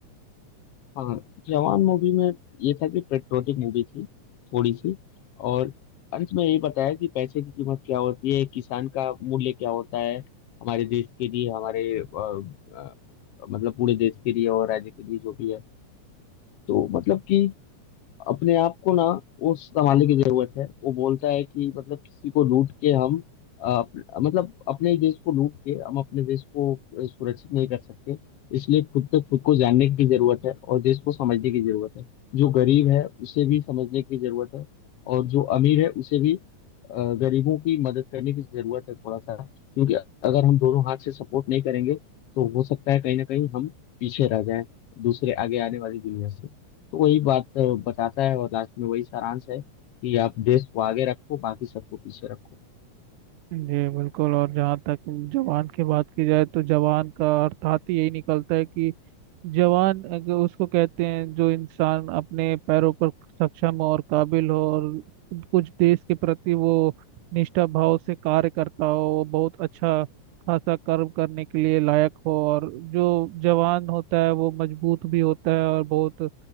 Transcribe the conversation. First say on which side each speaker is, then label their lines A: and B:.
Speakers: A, on the left; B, on the right.
A: हाँ जवान मूवी में ये था कि पेट्रोटिक मूवी थी थोड़ी सी और अंत में यही बताया कि पैसे की कीमत क्या होती है किसान का मूल्य क्या होता है हमारे देश के लिए हमारे अ, अ, मतलब पूरे देश के लिए और राज्य के लिए जो भी है तो मतलब कि अपने आप को ना वो संभालने की जरूरत है वो बोलता है कि मतलब किसी को लूट के हम अ, अप- मतलब अपने ही देश को लूट के हम अपने देश को अ, सुरक्षित नहीं कर सकते इसलिए खुद तक खुद को जानने की जरूरत है और देश को समझने की जरूरत है जो गरीब है उसे भी समझने की जरूरत है और जो अमीर है उसे भी अ, गरीबों की मदद करने की जरूरत है थोड़ा सा क्योंकि अगर हम दोनों हाथ से सपोर्ट नहीं करेंगे तो हो सकता है कहीं ना कहीं हम पीछे रह जाएं दूसरे आगे आने वाली दुनिया से तो वही बात अ, बताता है और लास्ट में वही सारांश है कि आप देश को आगे रखो बाकी सबको पीछे रखो
B: जी बिल्कुल और जहाँ तक जवान की बात की जाए तो जवान का अर्थात ही यही निकलता है कि जवान अगर उसको कहते हैं जो इंसान अपने पैरों पर सक्षम हो और काबिल हो और कुछ देश के प्रति वो निष्ठा भाव से कार्य करता हो वो बहुत अच्छा खासा कर्म करने के लिए लायक हो और जो जवान होता है वो मजबूत भी होता है और बहुत अ,